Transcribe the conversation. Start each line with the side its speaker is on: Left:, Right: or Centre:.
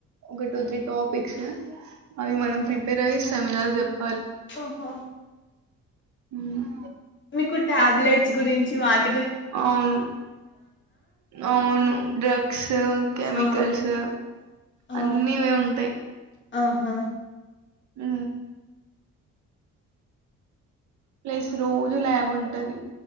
Right: ఒక టూ త్రీ టాప్ బిక్స్ అవి మనం ప్రీ పేర్అయి సెమినార్ జప్
Left: ఓహో
Right: హ్మ్మ్
Left: మీకు టాబ్లెట్ గురించి వాట్
Right: అవును అవును డ్రగ్స్ కెమికల్స్
Left: ఆ ఆ
Right: అన్నిఇవె ఉంటాయి
Left: ఆహా
Right: ఉ ప్లస్ రోజు ల్యాబ్ ఉంటది.